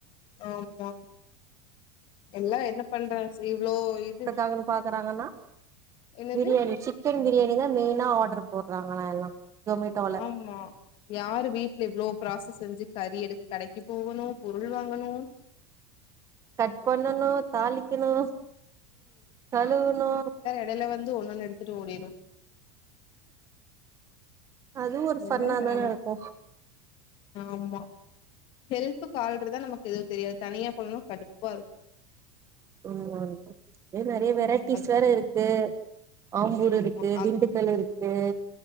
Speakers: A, on the left; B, on the right.
A: ஆமா எல்லா என்ன பண்றாங்க இவ்ளோ இது
B: அது இன்னும் பாக்குறாங்கன்னா
A: என்னது
B: பிரியாணி சிக்கன் பிரியாணி தா மெயினா ஆர்ட்ரு போட்றாங்களா எல்லா ஜொமேட்டோல
A: காம்மா யாரு வீட்ல இவ்ளோ ப்ராசஸ் செஞ்சு கறி எடுத்து கடைக்கு போகணு பொருள் வாங்கணு
B: கட் பண்ணணு தாளிக்கணு கழுவணு
A: என்ன வந்து ஒண்ணொண்ணு எடுத்துட்டு ஓடிரு
B: அதுவு ஒரு ஃபண்ணா
A: எவ்ளோ வேல
B: தானருக்கு
A: ஆமா ஹெல்ப்க்கு ஆள் இருந்தா நமக்கு எதுவு தெரியாத தனியா பண்ணுணா கடுப்பாருக்கு
B: ஆமா அதுவு நெறைய வெரைட்டிஸ்
A: அது
B: வேற இருக்கு ஆம்பூர்
A: ஆமா
B: இருக்கு
A: அது
B: திண்டுக்கல் இருக்கு